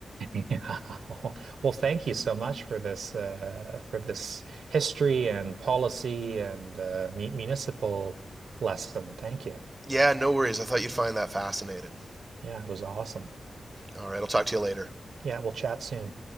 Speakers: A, on the right (about 85°); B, on the right (about 15°).
A: Yeah. <laughs> Well, thank you so much for this uh, for this history and policy and uh, mu- municipal lesson. Thank you.
B: <laughs> yeah. No worries. I thought you'd find that fascinating.
A: Yeah, it was awesome.
B: All right. I'll talk to you later.
A: Yeah, we'll chat soon.